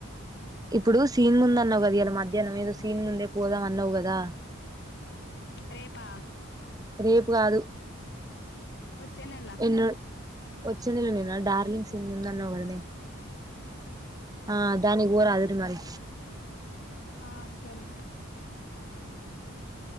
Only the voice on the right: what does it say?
ఇప్పుడు సీన్ ముంద
అన్నావు కదా ఇలా మధ్యాహ్నం ఏదో సీన్ ముందే పోదాం అన్నావు కదా
రేపు కాదు
ఎన్నో వచ్చే నెల నేనా డార్లింగ్ సీన్ ముందు అన్నావు కదనే ఆ దానికి ఓరాదురు మరి
ఉమ్